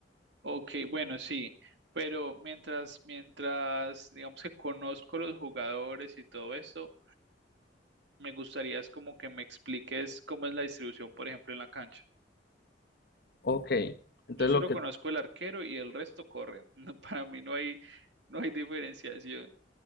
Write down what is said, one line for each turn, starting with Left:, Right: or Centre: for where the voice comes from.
Right: Ok, bueno, sí, pero mientras, mientras, digamos que conozco los jugadores y todo esto, me gustaría es como que me expliques cómo es la distribución, por ejemplo, en la cancha.
Left: Ok, entonces
Right: Yo solo
Left: lo que
Right: conozco el arquero y el resto corren. <laughs> No, para mí no hay, no hay diferenciación.